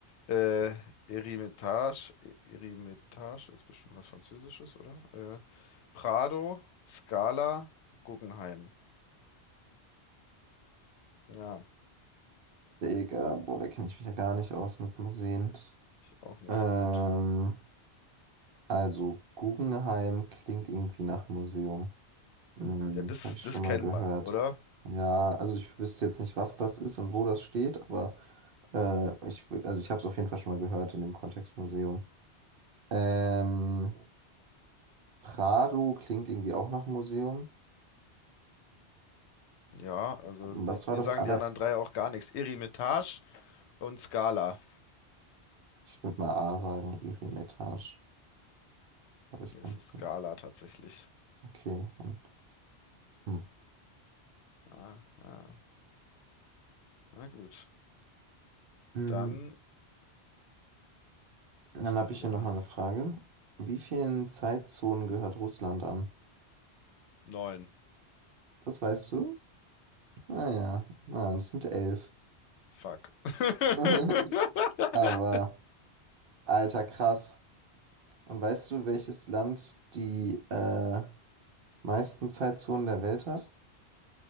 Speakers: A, on the left (about 85°); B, on the right (about 60°).
A: Äh, Eremitage, Eremitage ist bestimmt was Französisches, oder? Äh, Prado, Scala, Guggenheim. Ja,
B: Digga, boah, da kenne ich mich ja gar nicht aus mit Museen.
A: ich auch nicht
B: Ähm,
A: so gut.
B: also Guggenheim klingt irgendwie nach Museum. Hm,
A: Ja, das,
B: habe ich
A: das
B: schon mal
A: kennt
B: gehört.
A: man, oder?
B: Ja, also ich wüsste jetzt nicht, was das ist und wo das steht, aber äh, ich, wü- also ich habe es auf jeden Fall schon mal gehört in dem Kontext Museum. Ähm, Prado klingt irgendwie auch nach Museum.
A: Ja, also
B: Was
A: ich-
B: war
A: mir
B: das
A: sagen
B: aller?
A: die anderen drei auch gar nichts. Eremitage und Scala.
B: Ich würde mal A sagen, Eremitage. Aber ich
A: Nee,
B: kann
A: es
B: es
A: ist Scala
B: nicht.
A: tatsächlich.
B: Okay. Und, hm.
A: Ah, ah, na gut.
B: Mm,
A: Dann
B: Dann
A: bist
B: habe
A: du wieder.
B: ich hier nochmal eine Frage. Wie vielen Zeitzonen gehört Russland an?
A: Neun.
B: Das weißt du? Naja, na, das sind elf.
A: Fuck. <laughs>
B: <laughs> Aber, alter, krass. Und weißt du, welches Land die äh, meisten Zeitzonen der Welt hat?